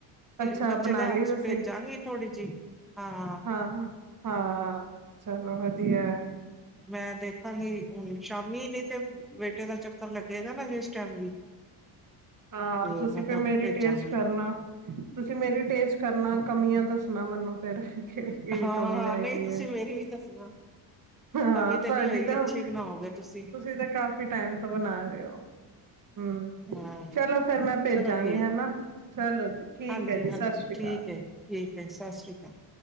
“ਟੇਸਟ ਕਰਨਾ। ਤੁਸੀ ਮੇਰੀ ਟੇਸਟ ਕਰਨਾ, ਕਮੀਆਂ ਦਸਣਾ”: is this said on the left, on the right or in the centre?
Right